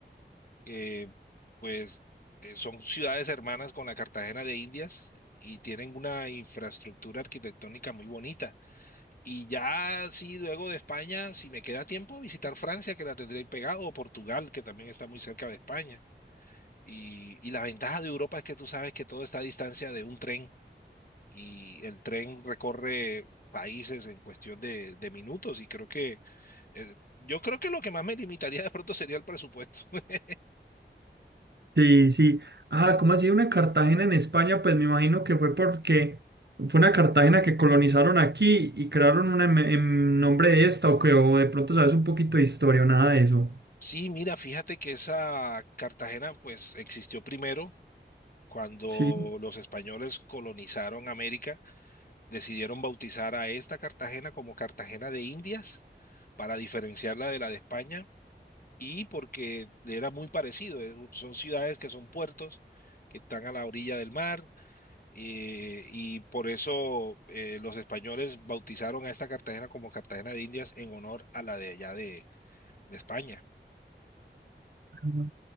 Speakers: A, on the left (about 50°); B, on the right (about 70°).
A: que pues eh, son ciudades hermanas con la Cartagena de Indias y tienen una infraestructura arquitectónica muy bonita. Y ya sí, luego de España, si me queda tiempo, visitar Francia, que la tendré ahí pegado, o Portugal, que también está muy cerca de España. Y, y la ventaja de Europa es que tú sabes que todo está a distancia de un tren y el tren recorre países en cuestión de, de minutos y creo que eh, yo creo que lo que más me limitaría de pronto sería el presupuesto. <laughs>
B: Sí, sí. Ah, ¿cómo así una Cartagena en España? Pues me imagino que fue porque fue una Cartagena que colonizaron aquí y crearon una en, en nombre de esta o que o de pronto sabes un poquito de historia o nada de eso.
A: Sí, mira, fíjate que esa Cartagena pues existió primero. Cuando
B: Sí,
A: los españoles colonizaron América, decidieron bautizar a esta Cartagena como Cartagena de Indias para diferenciarla de la de España y porque era muy parecido. eh, Son ciudades que son puertos, que están a la orilla del mar eh, y por eso eh, los españoles bautizaron a esta Cartagena como Cartagena de Indias en honor a la de allá de, de España.
B: ah,